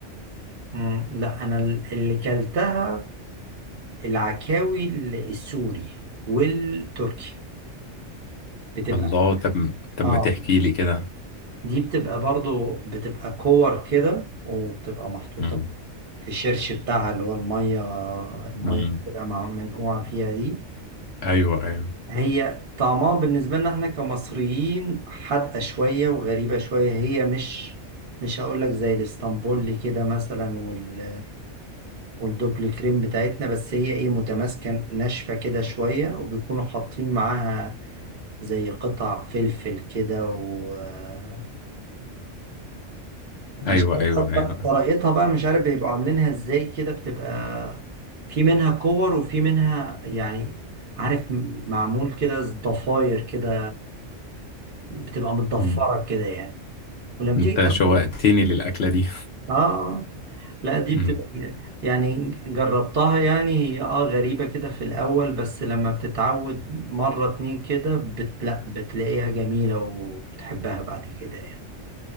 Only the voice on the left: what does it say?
الله طب طب
ما تحكي لي كده
مم.
مم.
أيوه أيوه
أيوه أيوه
أيوه
مم.
أنت
شوقتني للأكلة دي
<laughs>